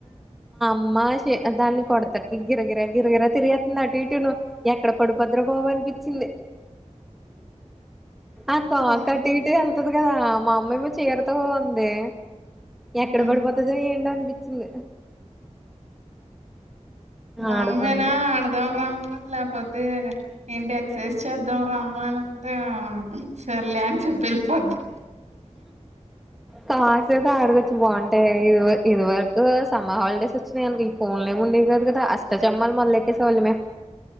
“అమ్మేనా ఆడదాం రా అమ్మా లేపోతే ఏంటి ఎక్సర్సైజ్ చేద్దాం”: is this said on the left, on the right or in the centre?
Right